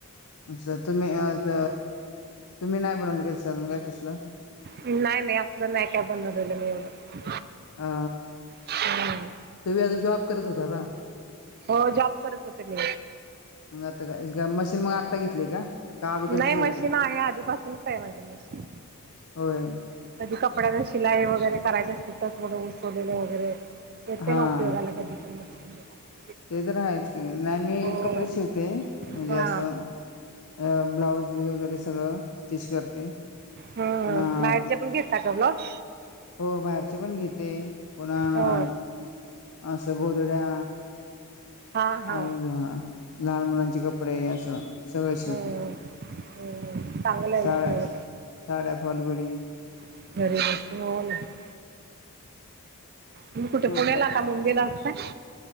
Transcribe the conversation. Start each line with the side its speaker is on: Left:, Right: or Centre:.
Left: असं तुम्ही अ त, तुम्ही नाही बनवलं का अजून काय तसलं?
Right: नाही नाही असलं नाही काय बनवलेलं मी एवढं.
Left: अ.
Right: हम्म.
Left: तुम्ही आता जॉब करत होता का?
Right: हो जॉब करत होते मी.
Left: म आता काय मशीन मग आ आता घेतली का? का अगोदरचेच
Right: नाही मशीन
Left: होते?
Right: आहे आधीपासूनच आहे माझी मशीन
Left: होय.
Right: कधी कपड्याला शिलाई वगैरे करायचं असली तर थोडं उसवलेलं वगैरे. येते
Left: हा
Right: ना उपयोगाला कधी पण मशीन <unintelligible>
Left: ते तर हायच की, नाही मी
Right: हो
Left: कपडे शिवते, म्हणजे
Right: हा
Left: असं अ ब्लाऊज वगैरे सगळं स्टिच करते.
Right: हं
Left: पुन्हा
Right: बाहेरच्या पण घेता का ब्लाऊज?
Left: हो बाहेरचे पण घेते, पुन्हा
Right: हो
Left: असं गोधड्या
Right: हा हा
Left: अ ह लहान मुलांचे कपडे असं सगळ शिवते.
Right: हम्म हम्म चांगलं आहे
Left: साळस
Right: ना ते
Left: साड्या फॉलबिडिंग
Right: <unintelligible> तुम्ही कुठं
Left: हो
Right: पुण्याला का मुंबईला असताय?